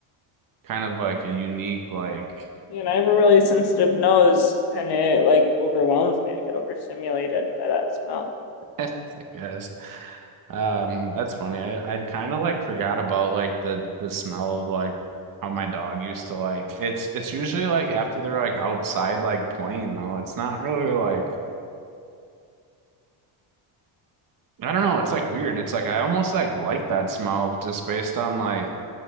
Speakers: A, on the right; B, on the left.
A: kind of like a unique like
B: You know, I have a really sensitive nose and it like overwhelms me. I get overstimulated by that smell.
A: <laughs> I guess. Um, that's funny. I I kind of like forgot about like the the smell of like how my dog used to like it's it's usually like after they're like outside like playing though. It's not really like I don't know. It's like weird. It's like I almost like like that smell just based on like